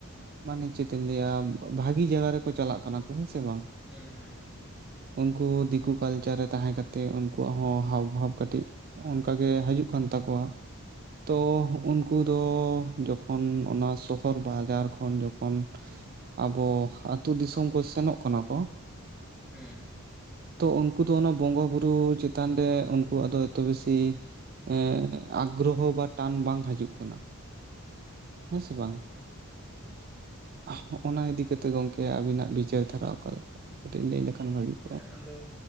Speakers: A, on the right; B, in the centre.
A: ᱢᱟᱱᱮ ᱪᱮᱫ ᱤᱧ ᱞᱟᱹᱭᱟ, ᱵᱷᱟᱜᱤ ᱡᱟᱜᱟ ᱨᱮᱠᱚ ᱪᱟᱞᱟᱜ ᱠᱟᱱᱟ ᱠᱚ ᱦᱮᱸ ᱥᱮ ᱵᱟᱝ᱾
B: ᱦᱮᱸ ᱦᱮᱸ᱾
A: ᱠᱩ ᱫᱤᱠᱩ ᱠᱟᱞᱪᱟᱨ ᱨᱮ ᱛᱟᱦᱮᱸ ᱠᱟᱛᱮᱫ ᱩᱱᱠᱩᱣᱟᱜ ᱦᱚᱸ ᱦᱟᱣ ᱵᱷᱟᱣ ᱠᱟᱹᱴᱤᱡ ᱚᱱᱠᱟ ᱜᱮ ᱦᱟᱹᱡᱩᱜ ᱠᱟᱱ ᱛᱟᱠᱚᱣᱟ᱾ ᱛᱚ ᱩᱱᱠᱩ ᱫᱚ ᱡᱚᱠᱷᱚᱱ ᱚᱱᱟ ᱥᱚᱦᱚᱨ ᱵᱟ ᱵᱟᱡᱟᱨ ᱠᱷᱚᱱ ᱡᱚᱠᱷᱚᱱ ᱟᱵᱚ ᱟᱹᱛᱩ ᱫᱤᱥᱚᱢ ᱠᱚ ᱥᱮᱱᱚᱜ ᱠᱟᱱᱟ ᱠᱚ
B: ᱦᱩᱸ
A: ᱛᱚ ᱩᱱᱠᱩ ᱫᱚ ᱚᱱᱟ ᱵᱚᱸᱜᱟ ᱵᱩᱨᱩ ᱪᱮᱛᱟᱱ ᱨᱮ ᱩᱱᱠᱩᱣᱟᱜ ᱫᱚ ᱮᱛᱚ ᱵᱮᱥᱤ ᱮᱸ ᱟᱜᱽᱨᱚᱦᱚ ᱵᱟ ᱴᱟᱱ ᱵᱟᱝ ᱦᱟᱹᱡᱩᱜ ᱠᱟᱱᱟ᱾ <inaudible> ᱦᱮᱸ ᱥᱮ ᱵᱟᱝ <inaudible> ᱦᱚᱸᱜ ᱚᱱᱟ ᱤᱫᱤ ᱠᱟᱛᱮᱫ ᱜᱚᱝᱠᱮ ᱟᱹᱵᱤᱱᱟᱜ ᱵᱤᱪᱟᱹᱨ ᱫᱷᱟᱨᱟᱣ ᱠᱟᱜ ᱠᱟ ᱠᱟᱹᱴᱤᱡ ᱞᱟᱹᱭ ᱞᱮᱠᱷᱟᱱ ᱵᱷᱟᱹᱜᱤ ᱠᱚᱜᱼᱟ᱾
B: ᱦᱮᱸ ᱟᱫᱚ